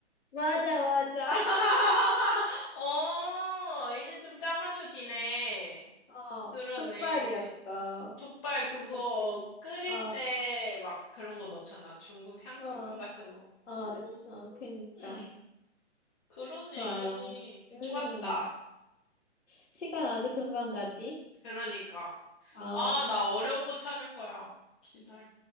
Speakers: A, on the left; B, on the left.
A: 맞아, 맞아.
B: <laughs> 어, 이제 좀 짜맞춰지네.
A: 어,
B: 그러네.
A: 족발이었어.
B: 족발 그거
A: 어때?
B: 끓일
A: 어,
B: 때 막 그런 거 넣잖아. 중국 향신료
A: 어,
B: 같은 거.
A: 어,
B: 음,
A: 어, 그니까.
B: 음, 그러네.
A: 좋아요. 음,
B: 좋았다.
A: 시간 아주 금방 가지?
B: 그러니까.
A: 어.
B: 아, 나 어려운 거 찾을 거야. 기다려.